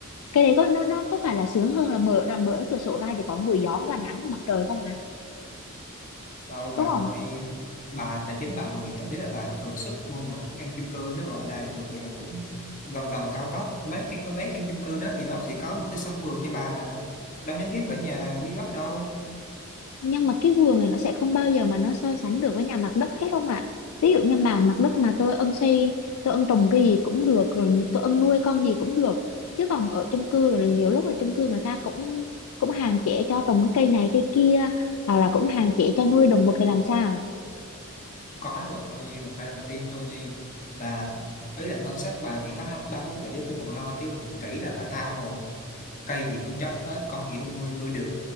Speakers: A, on the left; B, on the left.
A: cái đấy có nó nó có phải là sướng hơn là mở ra mở cửa sổ ra chỉ có mùi gió và nắng và mặt trời không hả
B: Đâu bà
A: đúng không
B: ơi, bà tài chính bà 10 tỷ là bà thừa sức mua một căn chung cư nó gọi là thuộc dạng cũng gần gần cao cấp. Mấy căn mấy căn chung cư đó thì nó sẽ có một cái sân vườn cho bà mà. Đâu nhất thiết phải nhà dưới đất đâu.
A: nhưng mà cái vườn này nó sẽ không bao giờ mà nó so sánh được với nhà mặt đất hết không ạ ví dụ như mà mặt đất mà tôi ưng xây tôi ưng trồng cái gì cũng được rồi tôi ưng nuôi con gì cũng được chứ còn ở chung cư rồi là nhiều lúc là chung cư người ta cũng cũng hạn chế cho trồng cái cây này cây kia hoặc là cũng hạn chế cho nuôi động vật thì làm sao
B: Không Có đấy bà ơi, bà, bà tin tôi đi. Bà ý là ngân sách bà thì có hai- ba bốn tỷ tôi còn lo chứ 10 tỷ là bà tha hồ. Cây gì cũng trách hết, con gì cũng nuôi nuôi được.